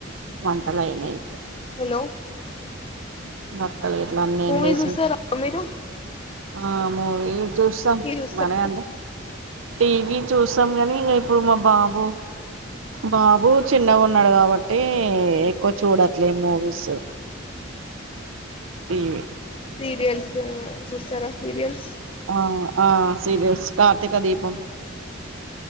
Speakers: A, on the right (about 85°); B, on the left (about 25°).
A: వంటలు అయినాయి.
B: హలో
A: మక్కలు ఇట్ల అన్నీ
B: మూవీ
A: ఏం లేసి
B: చూస్తారా మీరు
A: ఆ మూవి చూసా
B: మీరు చూస్తారా
A: మనం టీవి చూ కానీ ఇప్పుడు మా బాబు బాబు బూ చిన్నగా ఉన్నాడు కాబట్టి ఎక్కువ చూడట్లేదు మూవీస్ టీవి
B: సీరియల్సు చూస్తారా సీరియల్స్
A: ఆ ఆ సీరియల్స్ కార్తిక దీపం